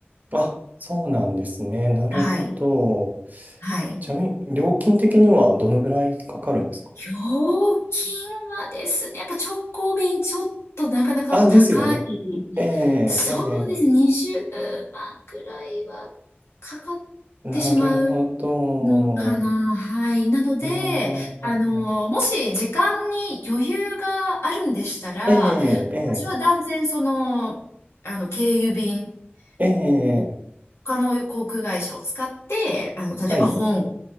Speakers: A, on the right (about 40°); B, on the left (about 85°).
A: あ、そうなんですね。なるほど。
B: はい。はい。
A: ちなみに、料金的にはどのぐらいかかるんですか
B: ひょうきんはですね、やっぱ直行便ちょっとなかなか高い。
A: あ、ですよね。ええ、
B: そうですね、
A: え
B: 20万くらいはかかっ
A: え。
B: てしまう
A: なるほど。
B: のかな。はい。なので、
A: あー
B: あの、もし時間に余裕があるんでしたら、
A: ええ、
B: 私は断然その、あの、経由便。
A: ええ、ええ。
B: を他の航空会社を使って、あの、例えば、
A: はい。
B: 香